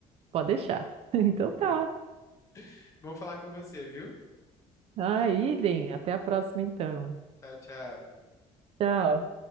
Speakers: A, on the right; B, on the left.
A: Pode deixar. <laughs> Então
B: <laughs>
A: tá.
B: Vamos falar com você, viu?
A: Aí, Idem, até a próxima então.
B: Tchau, tchau.
A: Tchau.